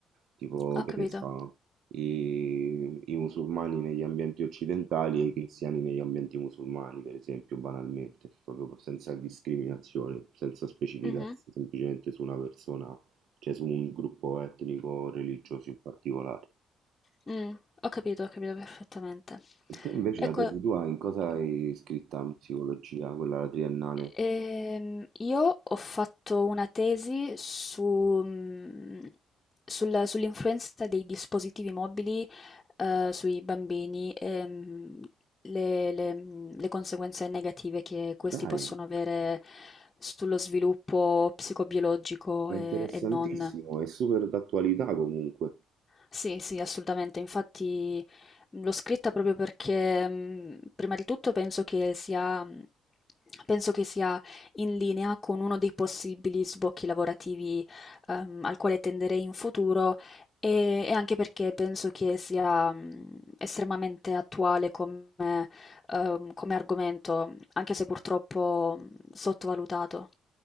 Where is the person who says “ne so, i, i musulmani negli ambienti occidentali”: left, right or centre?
Right